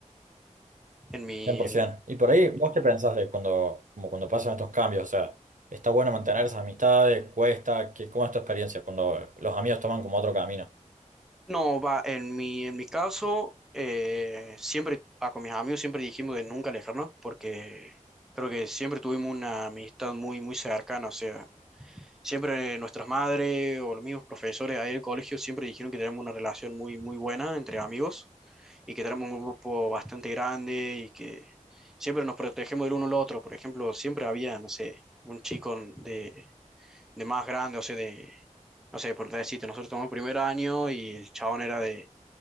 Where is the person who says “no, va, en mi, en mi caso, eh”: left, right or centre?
Centre